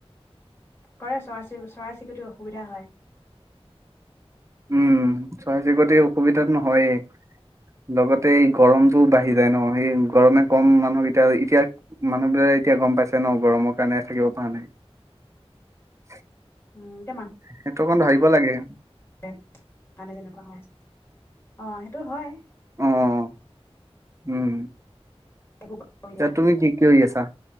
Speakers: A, on the left (about 20°); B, on the right (about 30°).
A: কৰে চৰাই চি চৰাই চিৰিকটিৰ অসুবিধা হয়।
B: উম চৰাই চিৰিকতি অসুবিধাতোন হয়েই লগতে এই গৰমটো বাঢ়ি যায় ন সেই গৰমে কম মানুহ এতিয়া এতিয়া মানুহবিলাক এতিয়া গম পাইছে ন গৰমৰ কাৰণে থাকিব পৰা নাই।
A: <unintelligible>
B: সেইটো অকণ ভাবিব <unintelligible> লাগে।
A: <inaudible> মানে তেনেকুৱা হয় <inaudible> অ' সেইটো হয়।
B: অ' উম!
A: একো এতিয়া
B: এয়া তুমি কি কি কৰি আছা